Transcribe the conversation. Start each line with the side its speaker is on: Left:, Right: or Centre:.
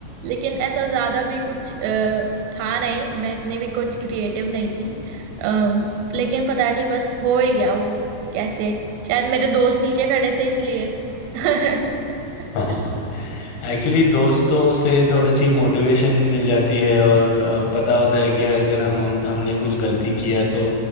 Right: लेकिन ऐसा ज्यादा भी कुछ अ, था नहीं मैं इतने भी कुछ क्रिएटिव नहीं थी अम, लेकिन पता नहीं बस हो ही गया वो कैसे शायद मेरे दोस्त नीचे खड़े थे इसलिए <laughs>
Left: <laughs> हाँ एक्चुअली दोस्तों से थोड़ी सी मोटिवेशन मिल जाती है और अ, पता होता है कि अगर हम हमने कुछ गलती किया तो